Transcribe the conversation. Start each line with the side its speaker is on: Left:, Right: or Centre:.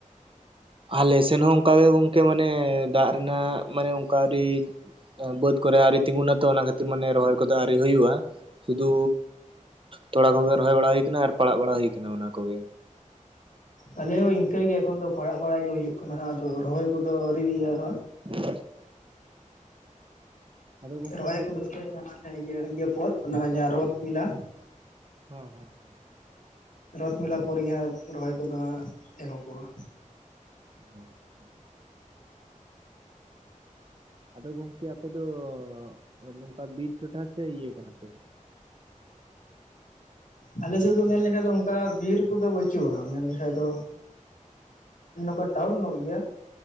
Right: ᱟᱞᱮ ᱥᱮᱱ ᱦᱚᱸ ᱚᱱᱠᱟ ᱜᱮ ᱜᱚᱝᱠᱮ ᱢᱟᱱᱮ ᱫᱟᱜ ᱨᱮᱱᱟᱜ᱾ ᱢᱟᱱᱮ ᱚᱱᱠᱟ ᱟᱰᱤᱡ ᱮ ᱵᱟᱹᱛ ᱠᱚᱨᱮ ᱟᱣᱨᱤ ᱛᱤᱸᱜᱩᱱᱟ ᱛᱚ ᱚᱱᱟ ᱠᱷᱟᱹᱛᱤᱨ ᱢᱟᱱᱮ ᱨᱚᱦᱚᱭ ᱠᱚᱫᱚ ᱟᱣᱨᱤ ᱦᱩᱭᱩᱜ-ᱟ᱾ ᱥᱩᱫᱩ ᱛᱚᱲᱟ ᱠᱚ ᱜᱮ ᱨᱚᱦᱚᱭ ᱵᱟᱲᱟ ᱦᱩᱭ ᱠᱟᱱᱟ, ᱟᱨ ᱯᱟᱲᱟᱜ ᱵᱟᱲᱟ ᱦᱩᱭ ᱠᱟᱱᱟ ᱚᱱᱟ ᱠᱚ ᱜᱮ᱾
Left: ᱟᱞᱮ ᱚ ᱤᱱᱠᱟᱹ ᱜᱮ ᱮᱠᱷᱚᱱ ᱫᱚ ᱯᱟᱲᱟᱜ ᱵᱟᱲᱟᱭ ᱜᱮ ᱦᱩᱭᱩᱜ ᱠᱟᱱᱟ ᱦᱟᱸᱜ ᱟᱫᱚ ᱨᱚᱦᱚᱭ ᱠᱩ ᱫᱚ ᱟᱹᱣᱨᱤ <unintelligible> ᱦᱟ
Right: <inaudible> ᱟᱫᱚ ᱜᱚᱝᱠᱮ
Left: ᱨᱚᱦᱚᱭ
Right: ᱟᱯᱮ
Left: ᱠᱚ ᱫᱚ <inaudible> ᱤᱭᱟᱹ ᱯᱚᱨ ᱚᱱᱟ ᱡᱟᱦᱟᱸ ᱨᱚᱛ ᱢᱮᱞᱟ᱾
Right: ᱦᱚ ᱦᱚᱸ᱾
Left: ᱨᱚᱛ ᱢᱮᱞᱟ ᱯᱚᱨ ᱜᱮ ᱦᱟᱸᱜ ᱨᱚᱦᱚᱭ ᱠᱩᱫᱚ ᱦᱟᱸᱜ ᱮᱦᱚᱵᱯᱚᱜ-ᱟ᱾
Right: <unintelligible> ᱟᱫᱚ ᱜᱚᱝᱠᱮ ᱟᱯᱮ ᱫᱚᱻ᱾ ᱚ ᱱᱚᱝᱠᱟ ᱵᱤᱨ ᱴᱚᱴᱷᱟ ᱥᱮ ᱤᱭᱟᱹ ᱠᱟᱱᱟ ᱯᱮ? <inaudible>
Left: ᱟᱞᱮ ᱥᱮᱫ ᱫᱚ ᱱᱮᱞ ᱞᱮᱠᱷᱟᱡ ᱫᱚ ᱚᱱᱠᱟ ᱵᱤᱨ ᱠᱩᱫᱚ ᱵᱟᱹᱪᱩᱜ-ᱟ ᱢᱮᱱ ᱞᱤᱠᱷᱟᱡ ᱫᱚᱼᱼ ᱟ ᱱᱩᱝᱠᱟ ᱴᱟᱣᱩᱱ ᱱᱚᱜ ᱜᱤᱭᱟ᱾